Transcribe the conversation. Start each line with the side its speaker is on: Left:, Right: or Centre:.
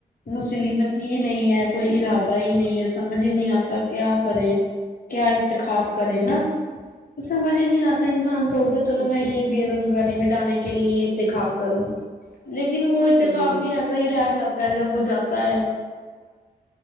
Left: مسلممت ہی نہیں ہے کوئی ارادہ ہی نہیں ہے سمجھ ہی نہیں آتا کیا کریں کیا اتخاب کرے
Right: ہ ہ
Left: نا تو سمجھ ہی نہیں آتا انسان سوچتا چلو
Right: جی
Left: میں یہ بھی روزگاری مٹانے کے لیے یہ انتخاب کروں لیکن وہ اتخاب
Right: جی
Left: بھی ایس صحیح رہ جاتا ہے جب وہ جاتا ہے